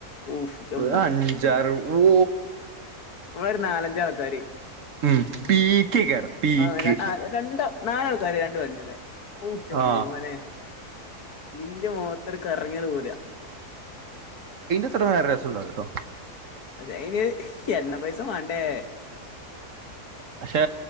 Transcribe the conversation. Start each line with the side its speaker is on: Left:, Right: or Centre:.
Left: ഊഫ് ന്റെ
Right: ഒരു അഞ്ചാറ് ഓ
Left: വെറും നാലഞ്ചാൾക്കാര്
Right: ഉം പീക്ക് കേർ പീക്ക്
Left: ആഹ് ര ആഹ് രണ്ട് നാലാൾക്കാര് രണ്ട് വണ്ടീമേ ഊറ്റ്
Right: ആ
Left: മോനെ ഇന്റെ മൊത്തർ കറങ്ങിയങ്ങ് പോര
Right: ഇത്ര രസണ്ടാവൂലട്ടോ
Left: ആയിന് എണ്ണ പൈസ മാണ്ടേ
Right: പക്ഷെ